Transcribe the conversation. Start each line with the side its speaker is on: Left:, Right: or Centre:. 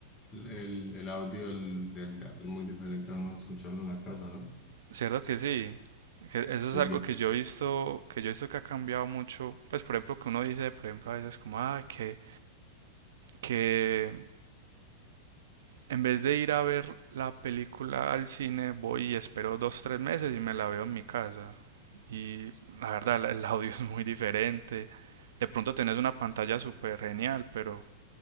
Left: el, el audio del, del teatro es muy diferente a uno escucharlo en la casa, ¿no?
Right: cierto que sí. Que eso
Left: Sí.
Right: es algo que yo he visto, que yo he visto que ha cambiado mucho. Pues por ejemplo que uno dice, por ejemplo a veces como, ah, que, que en vez de ir a ver la película al cine, voy y espero dos, tres meses y me la veo en mi casa. Y la verdad, la- el audio <laughs> es muy diferente. De pronto tenés una pantalla súper genial, pero